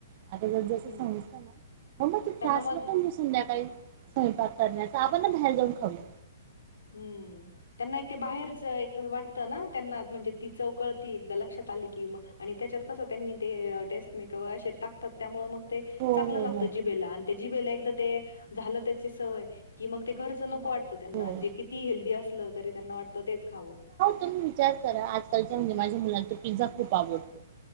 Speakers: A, on the right; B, on the left.
A: आता जर जस
B: हं.
A: समजता. ना ममा तू
B: त्यांना
A: त्रासला
B: मग
A: प ब संध्याकाळी स्वयंपाक
B: हं.
A: करण्याचा आपण ना बाहेर जाऊन खाऊया.
B: हम्म त्यांना एक ते बाहेरच एक वाट त्यांना म्हणजे ती चव कळती एक लक्षात आली की त्याच्यात कस त्यांनी म क असतात त्यामुळे मग ते
A: हो
B: चांगलं
A: हो
B: लागत
A: हो.
B: जिबेला, आणि जिबेला, एकदा ते झालं. त्याची सवय की मग ते घरचं
A: की
B: नको
A: मग
B: वाटतं त्यांना
A: हो
B: जे किती हेल्दी असलं तरी त्यांना वाटतं तेच खावं
A: तम्ही विचार रा आजकालच्या म्हणे माझ्या मुला तर पिझा खूप आवडतो.